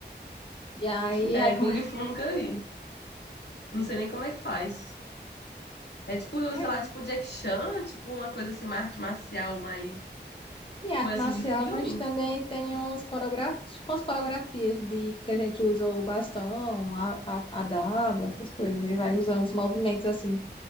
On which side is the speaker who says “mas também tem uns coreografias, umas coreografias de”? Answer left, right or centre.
Left